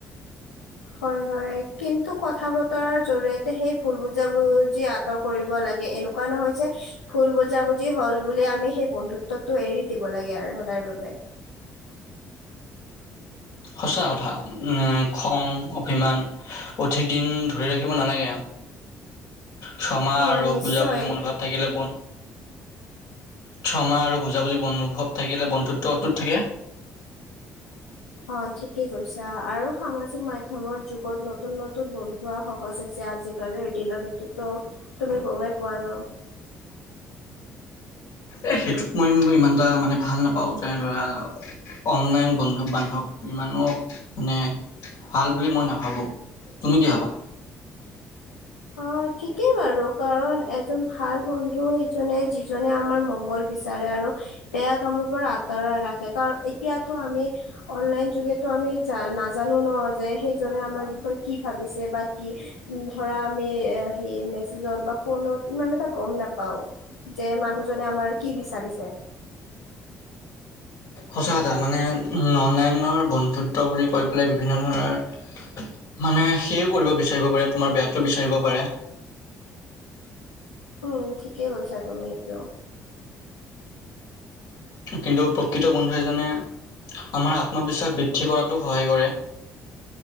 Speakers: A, on the left (about 80°); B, on the left (about 65°).
A: হয় হয় কিন্তু কথা বতৰাৰ জৰিয়তে সেই ভুল বুজাবুজি আত তৰ কৰিব লাগে, এনেকুৱা নহয় যে ভুল বুজাবুজি হল বুলি আমি সেই বন্ধুত্বটো এৰি দিব লাগে আৰু সদায়ৰ বাবে।
B: সঁচা কথা উম খং, অভিমান অধিক দিন ধৰি ৰাখিব নালাগে আও। ক্ষমা
A: অ
B: আৰু
A: নিশ্চয়
B: বুজাবুজি মূলভাৱ থাকিলে বন ক্ষমা আৰু বুজাবুজি অনুভৱ থাকিলে বন্ধুত্ব অটুত থাকে।
A: অঁ ঠিকেই কৈছা, আৰু সামাজিক মাধ্যমৰ যুগত নতুন নতুন বন পোৱা সহজ হৈছে আজিকালিৰ দিনত, এইটোতো তুমি গমেই পোৱা ন।
B: এই সেইটোত মই ইমান এটা মানে ভাল নাপাওঁ, যেনে ধৰা অনলাইন বন্ধু বান্ধৱ ইমানো মানে ভাল বুলি মই নেভাবো, তুমি কি ভবা?
A: অঁ ঠিকেই বাৰু কাৰণ এজন ভাল বন্ধু সেইজনে যিজনে আমাৰ মংগল বিচাৰে আৰু বেয়া কামৰ পৰা আঁতৰাই ৰাখে, কাৰণ এতিয়াতো আমি অনলাইন যোগে আমি জা নাজানো ন যে সেইজনে আমাৰ বিষয়ে কি ভাবিছে বা কি ধৰা আমি এ সেই মেছেজত বা ফোনত ইমান এটা গম নেপাওঁ। যে মানুহজনে আমাৰ কি বিচাৰিছে।
B: সঁচা কথা মানে অনলাইনৰ বন্ধুত্ব বুলি কৈ লে বিভিন্ন ধৰণৰ মানে সেইও কৰিব বিচাৰিব পাৰে তোমাৰ বেয়াটো বিচাৰিব পাৰে।
A: উম ঠিকে কৈছা তুমি এইটো।
B: কিন্তু প্ৰকৃত বন এজনে আমাৰ আত্মবিশ্বাস বৃদ্ধি কৰাতো সহায় কৰে।